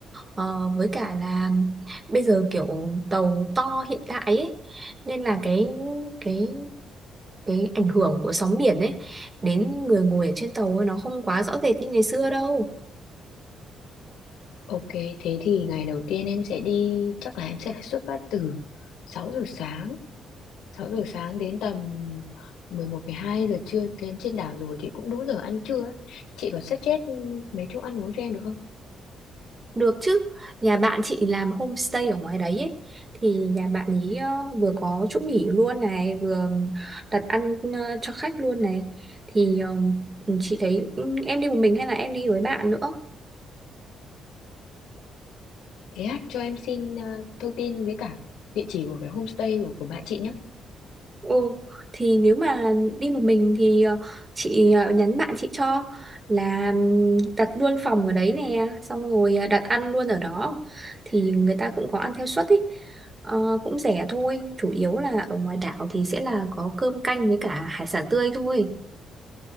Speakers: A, on the right (about 25°); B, on the left (about 90°).
A: Ờ, với cả là bây giờ kiểu tàu to hiện tại ấy nên là cái cái cái ảnh hưởng của sóng biển ấy đến người ngồi ở trên tàu ấy, nó không quá rõ rệt như ngày xưa đâu
B: Ok, thế thì ngày đầu tiên em sẽ đi, chắc là em sẽ phải xuất phát từ 6 giờ sáng 6 giờ sáng đến tầm mười một mười hai giờ trưa lên trên đảo rồi thì cũng đủ giờ ăn trưa ấy. Chị có suggest mấy chỗ ăn uống cho em được không?
A: Được chứ, nhà bạn chị làm homestay ở ngoài đấy ấy. Thì nhà bạn ấy ờ, vừa có chỗ nghỉ luôn này, vừa đặt ăn ờ, cho khách luôn này. Thì ờ, chị thấy ừ, em đi một mình hay là em đi với bạn nữa?
B: Thế hát cho em xin ờ, thông tin với cả địa chỉ của cái homestay của, của bạn chị nhé.
A: Ừ, thì nếu mà đi một mình thì ờ, chị ờ, nhắn bạn chị cho là ừm, đặt luôn phòng ở đấy nè xong rồi ờ, đặt ăn luôn ở đó thì người ta cũng có ăn theo suất ý Ờ, cũng rẻ thôi chủ yếu là ở ngoài đảo thì sẽ là có cơm canh với cả hải sản tươi thôi